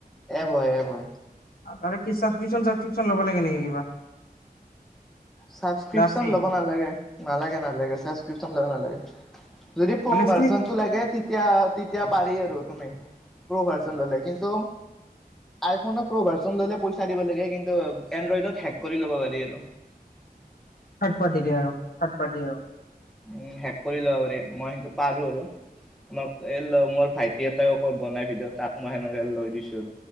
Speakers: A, in the centre; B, on the left.
A: এব হয় এব হয়
B: আৰু তাৰে কি চাব্ৰি্যন চাব্ৰপশন লব লাগে নেকি কিবা
A: ছাবক্ৰিপন
B: না ফ্ৰী
A: লব নালাগে নালাগে নালাগে ছাবক্ৰিপন লব নালাগে। যদি প্ৰ
B: মানে
A: ভাৰ্চন
B: ফ্ৰী
A: টো লাগে তেতিয়া। এতিয়া পাৰি আৰু তুমি প্ৰভাৰচন ললে কিন্তু। আইফোনত প্ৰভাৰচন ললে পইচা দিব লাগে কিন্তু এনৰইদট। কৰি ল'ব পাৰি আৰু।
B: থাৰ্ড পাৰ্টি দিয়ে অঁ থাৰ্ড পাৰ্টি অঁ।
A: উ শেষ কৰি ল'ব পাৰি মই সেইটো পাৰো আৰু আমাক এ ল মোৰ ভাইটি এটাইও বনাই ভিডিঅ তাক মই সেনেকে লৈ দিছো